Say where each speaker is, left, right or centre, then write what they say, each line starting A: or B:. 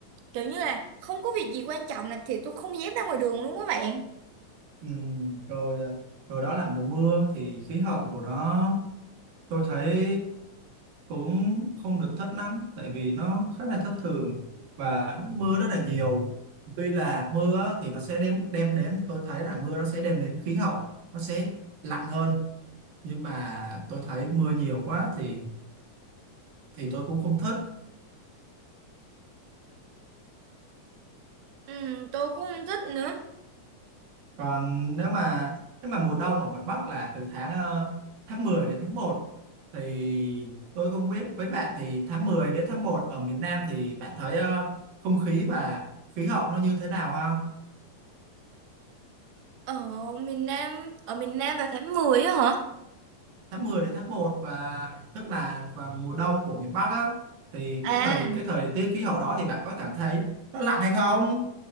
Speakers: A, on the right; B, on the right.
A: kiểu như là không có việc gì quan trọng là thì tôi không dám ra ngoài đường luôn các bạn.
B: Ừm, rồi ờ, rồi đó là mùa mưa thì khí hậu của nó tôi thấy cũng không được thất lắm tại vì nó khá là thất thường và nó mưa rất là nhiều tuy là mưa á, thì nó sẽ đem đem đến tôi thấy là mưa nó sẽ đem đến khí hậu nó sẽ lạnh hơn nhưng mà tôi thấy mưa nhiều quá thì thì tôi cũng không thích
A: Ừ, tôi cũng không thích nữa.
B: còn nếu mà nếu mà mùa đông ở ngoài Bắc là từ tháng ờ, tháng 10 đến tháng một thì tôi không biết với bạn thì tháng 10 đến tháng một ở miền Nam thì bạn thấy ờ, không khí và khí hậu nó như thế nào ha
A: Ở miền Nam, ở miền Nam vào tháng 10 á hả?
B: tháng mười đến tháng một và tức là vào mùa đông của miền Bắc á thì
A: À,
B: cái thời cái thời tiết khí hậu đó thì bạn có cảm thấy nó lạnh hay không